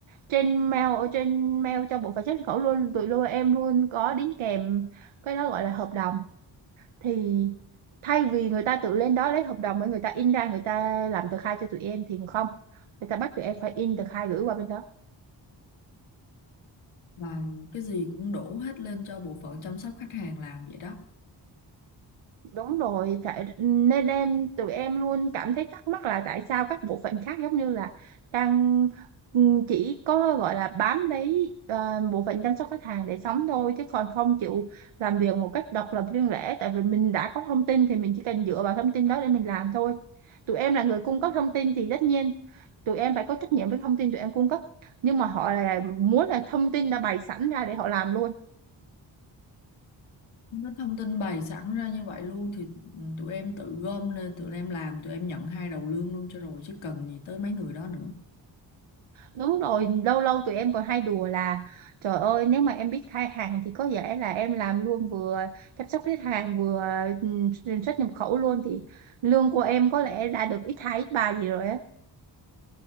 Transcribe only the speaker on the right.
trên mail ở trên mail cho bộ phận xuất nhập khẩu luôn tụi luôn em luôn có đính kèm cái đó gọi là hợp đồng thì thay vì người ta tự lên đó lấy hợp đồng với người ta in ra người ta làm tờ khai cho tụi em thì không người ta bắt tụi em phải in tờ khai gửi qua bên đó
Đúng rồi, tại nên em tụi em luôn cảm thấy thắc mắc là tại sao các bộ phận khác giống như là đang ừm, chỉ có gọi là bám lấy ờ, bộ phận chăm sóc khách hàng để sống thôi chứ còn không chịu làm việc một cách độc lập riêng lẻ tại vì mình đã có thông tin thì mình chỉ cần dựa vào thông tin đó để mình làm thôi. Tụi em là người cung cấp thông tin thì tất nhiên tụi em phải có trách nhiệm với thông tin tụi em cung cấp nhưng mà họ là muốn là thông tin đã bày sẵn ra để họ làm luôn.
Đúng rồi, lâu lâu tụi em còn hay đùa là trời ơi nếu mà em biết khai hàng thì có vẻ là em làm luôn vừa chăm sóc khách hàng vừa ừ, xuất nhập khẩu luôn thì lương của em có lẽ đã được ít hai ít ba gì rồi á.